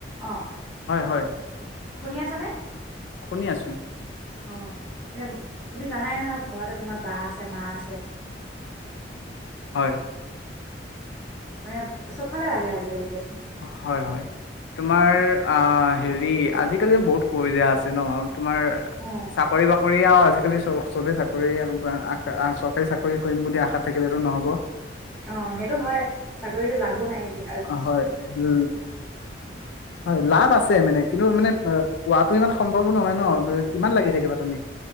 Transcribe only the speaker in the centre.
অ
শুনি আছ নে?
অ, এয়া তুমি জানাই নহয় ঘৰতে তোমাৰ বা আছে মা আছে।
মানে। চবফালে লাগে আজিকালি। দিয়াচোন
অ
অ, সেইটো হয় চাকৰিতো লাভো নাই '